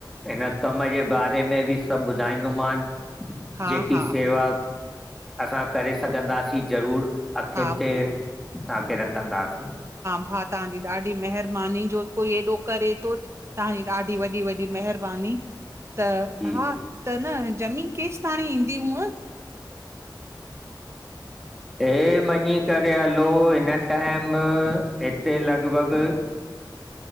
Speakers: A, in the centre; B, on the right (about 35°).
A: हिन कम जे बारे में बि सभु ॿुधाईंदोमनि
B: हा
A: जेकी
B: हा
A: सेवा असां करे सघंदासीं ज़रूरु अखियुनि।
B: हा-हा
A: ते तव्हांखे रखंदासीं
B: भा तव्हांजी ॾाढी महिरबानी जो कोई एॾो करे थो तव्हांजी ॾाढी वॾी वॾी महिरबानी। त
A: जी
B: भाउ ज़मीन कहिड़ी क़ीमत में ईंदी हूअं
A: हे मञी करे हलो हिन टाइम हिते लॻभॻि
B: <unintelligible>